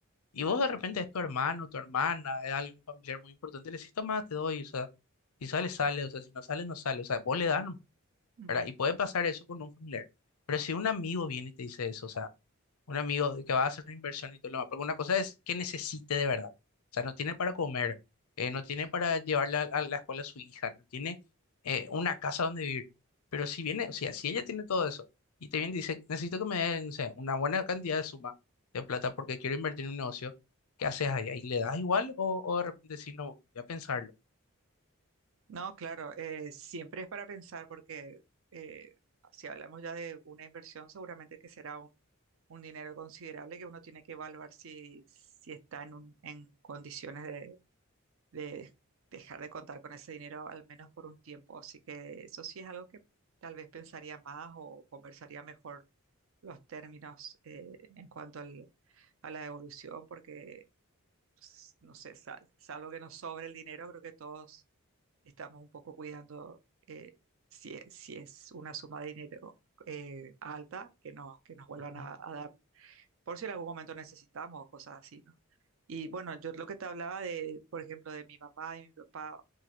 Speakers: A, on the left; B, on the right.
A: y vos de repente es tu hermano, tu hermana, es alguien familiar muy importante, le decís, toma, te doy, o sea, si sale, sale, o sea, si no sale, no sale, o sea, vos le das, nomás,
B: Ujú.
A: ¿verdad? Y puede pasar eso con un familiar, pero si un amigo viene y te dice eso, o sea, un amigo de que va a hacer una inversión y todo lo demás, porque una cosa es que necesite de verdad. O sea, no tiene para comer, eh, no tiene para
B: Sí.
A: llevarla a, a la escuela a su hija, no tiene eh, una casa donde vivir. Pero si viene, o sea, si ella tiene todo eso y te viene y dice, necesito que me den, no sé, una buena cantidad de suma de plata porque quiero invertir en un negocio, ¿qué haces ahí? ¿Ahí le das igual o, o de repente si no, voy a pensarlo?
B: No, claro, eh, siempre es para pensar porque eh, si hablamos ya de una inversión, seguramente que será un, un dinero considerable que uno tiene que evaluar si, si está en, un- en condiciones de, de dejar de contar con ese dinero al menos por un tiempo. Así que eso sí es algo que tal vez pensaría más o conversaría mejor los términos eh, en cuanto al- a la devolución, porque s- no sé, sa- salvo que nos sobre el dinero, creo que todos estamos un poco cuidando eh, si, es, si es una suma de dinero eh, alta, que, no, que nos vuelvan
A: Ujú,
B: a, a dar, por si en algún momento necesitamos o cosas así, ¿no? Y bueno, yo lo que te hablaba de, por ejemplo, de mi mamá y mi papá,